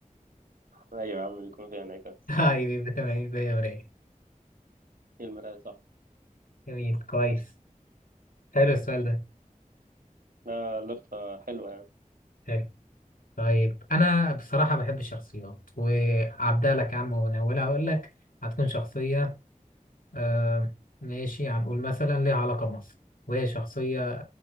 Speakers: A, on the right; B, on the left.
A: ايوه يا عم بيكون فيها انعكاس
B: <laughs> اه يبقى تمام يبقى مراية
A: هي المرايه صح
B: جميل كويس حلو السؤال ده
A: لا لفه حلوه يعني
B: حلو طيب أنا بصراحة بحب الشخصيات وعبدالك يا عم وناولها أقول لك هتكون شخصية آه ماشي هنقول مثلا ليها علاقة بمصر وهي شخصية